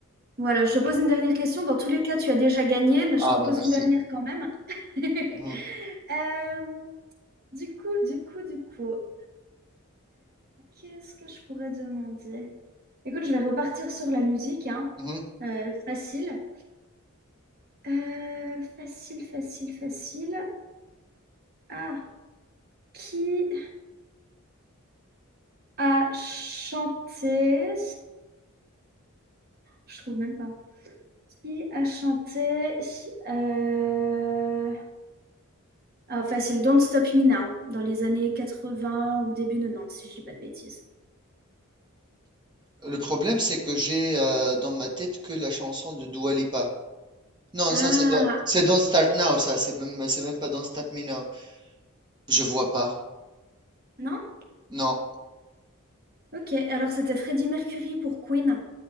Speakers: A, on the right; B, on the right.
A: Voilà, je te pose une dernière question. Dans tous les cas, tu as déjà gagné, mais je
B: Ah
A: t'en
B: bah
A: pose
B: merci.
A: une dernière quand même. <laughs>
B: Mhm,
A: Euh, du coup, du coup, du coup, euh, qu'est-ce que je pourrais demander? Écoute, je vais repartir sur la musique, hein.
B: mhm.
A: Euh, facile. Euh, facile, facile, facile. Ah, qui a chanté? Je trouve même pas. Qui a chanté? euh, Ah, facile. Don't Stop Me Now, dans les années 80 ou début 90, si je dis pas de bêtises.
B: Le problème, c'est que j'ai euh, dans ma tête que la chanson de Dua Lipa. Non,
A: Ah,
B: ça c'est dans- c'est Don't Start Now, ça c'est même c'est même pas Don't Stop Me Now. Je vois pas.
A: non?
B: Non.
A: Ok, alors c'était Freddie Mercury pour Queen.